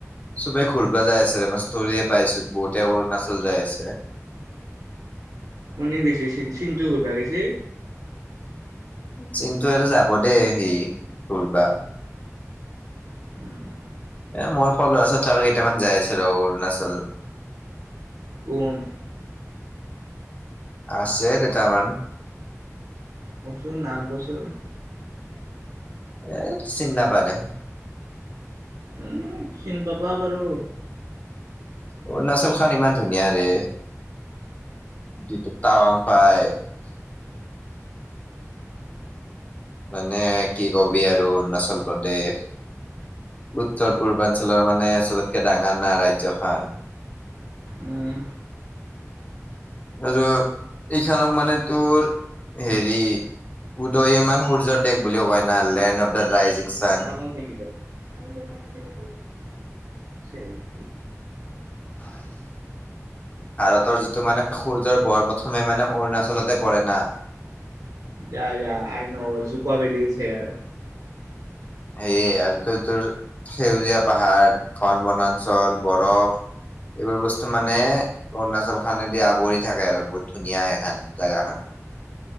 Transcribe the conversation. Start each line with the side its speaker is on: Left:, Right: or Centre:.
Left: ছবে ঘূৰবা যাই আছে ৰে মই ষ্টৰিয়ে পাইছো। বহুতে অৰুণাচল যাই আছে।
Right: উনে গৈছে চিন্তু ঘূৰবা গৈছে
Left: চিন্ত এ আৰ যাব দেই সি ঘূৰবা
Right: <unintelligible>
Left: এ মোৰ ফল আছে ত আৰু কেইটামান যাই আছিল ৰ অৰুণাচল
Right: কোন
Left: আছে দুটামান
Right: কচোন নাম কচোন
Left: এ চিন নাপা দে
Right: উ চিন পাবা পাৰু
Left: অৰুণাচল খন ইমান ধুনীয়া ৰে যিটো টাৱাং পায় মানে কি কবি আৰু অৰুণাচল প্ৰদেশ উত্তৰ পূৰ্বাঞ্চলৰ মানে চবতকে ডাঙাৰ না ৰাজ্যখন
Right: উম
Left: আৰু এইখনক মানে তোৰ হেৰি উ সূৰ্য দেশ বুলিও কয় না লেণ্ড অফ দা ৰাইজিং চান
Right: <unintelligible>
Left: <unintelligible> ভাৰতৰ যিটো মানে সূৰ্যৰ পোহৰ প্ৰথমে মানে অৰুণাচলতে পৰে না
Right: ইয়া ইয়া I know, Dzukou valley is here.
Left: সেয়ে আৰু তোৰ - তোৰ সেউজীয়া পাহাৰখন, বনাঞ্চল, বৰফ এইবোৰ বস্তু মানে অৰুণাচলখানে দি আৱৰি থাকে আৰু বহুত ধুনীয়া এখান জাগাখান।